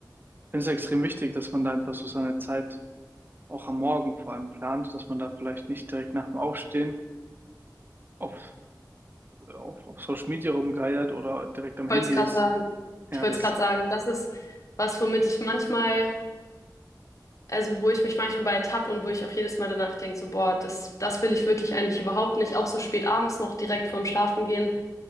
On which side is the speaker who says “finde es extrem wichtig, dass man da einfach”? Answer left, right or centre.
Right